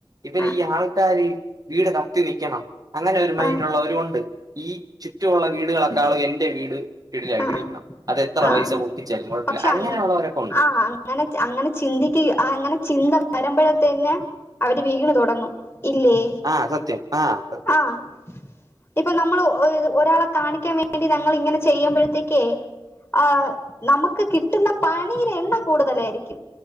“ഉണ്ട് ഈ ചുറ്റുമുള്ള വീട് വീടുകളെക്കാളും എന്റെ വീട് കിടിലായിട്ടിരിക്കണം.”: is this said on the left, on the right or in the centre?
Right